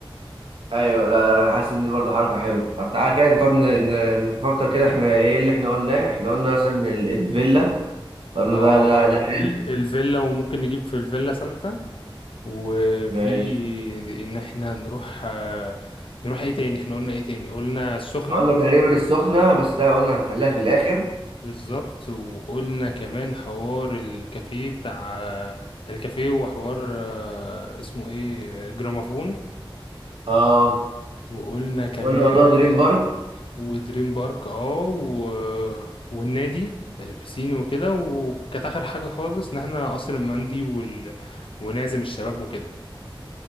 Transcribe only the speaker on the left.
اه
ال...
الفيلا وممكن نجيب في الفيلا سانتا وفي
ان احنا نروح آه، نروح ايه تاني احنا قلنا ايه تاني قلنا السخنة
بالظبط وقلنا كمان حوار الكافيه بتاع آه، الكافيه وحوار آه، اسمه ايه آه، جرامافون
وقلنا كمان
ودريم بارك اه و... والنادي البسين وكده وكانت اخر حاجه خالص ان احنا قصر المندي وال... ونعزم الشباب وكده